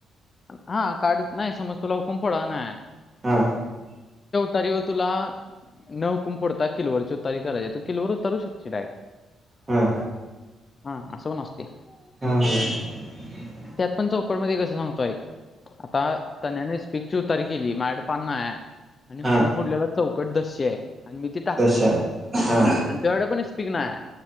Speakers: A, on the left (about 30°); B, on the right (about 20°).
A: हा काढ नाही समज तुला हुकुम पडा ना
B: हा
A: तारी व तुला नहकुम फोडता किलवरची उतारी करायची कि लोवर तरू शकते डायक्ट
B: हा
A: हा असं पण न असते
B: हम्म हम्म
A: आपण चौकड मधे कसं सांगतोय आईक आता तण्याने स्पीिकची उतारी केली मायाकड पान नायाय आणि हुकुम
B: हा
A: फुडलेला चौकट दस्य आहे. आणि मी ती टाकली
B: दशा हा
A: आणि तुयाकडं पण ईसपिक नायाय